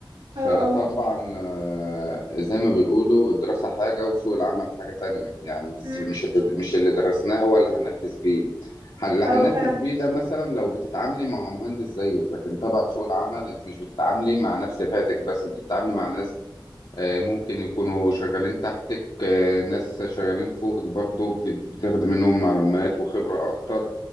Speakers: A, on the left; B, on the right.
A: فطبعا
B: اه اه
A: آه، زي ما بيقولوا الدراسة حاجة وسوق العمل حاجة تانية يعني مش
B: مم.
A: مش مش اللي درسناه هو اللي هننفذ بيه ح- اللي هننفذ
B: اه فعلا
A: بيه ده مثلا لو بتتعاملي مع مهندس زيك لكن طبعا سوق العمل انت مش بتتعاملي مع نفس فئتك بس انت بتتعاملي مع ناس آه، ممكن يكونوا شغالين تحتك آه، ناس شغالين فوقك برضو بت- بتاخدي منهم معلومات وخبرة أكتر